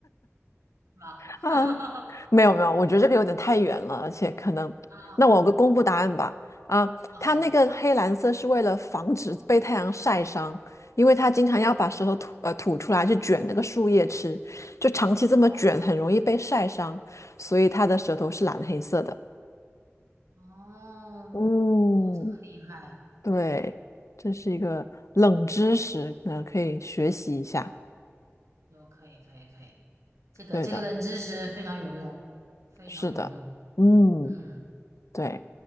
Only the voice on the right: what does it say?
是吧？<laughs>
啊啊
啊，
好，
哦
哦，
哦，这么厉害。
有，可以，可以，可以，这个这个冷知识非常有用，
非常有用。
嗯